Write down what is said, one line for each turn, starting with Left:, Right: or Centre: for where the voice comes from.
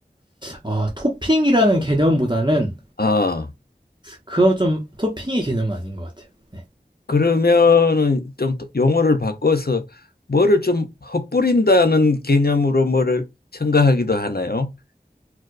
Right: 아 토핑이라는 개념보다는
Left: 아
Right: 그거 좀 토핑의 개념은 아닌 것 같아요. 네.
Left: 그러면은 좀 또- 용어를 바꿔서 뭐를 좀 헛뿌린다는 개념으로 뭐를 첨가하기도 하나요?